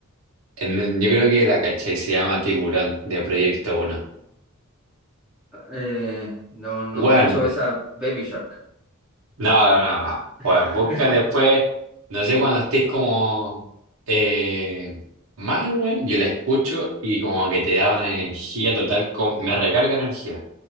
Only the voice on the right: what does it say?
en- yo creo que la caché se llama Tiburón de Proyecto Uno,
Bueno,
No, no, no, no.
Bueno, busca después, no sé, cuando estés como eh, mal, weón, yo la escucho y como que te da una energía total, como- me recarga energía.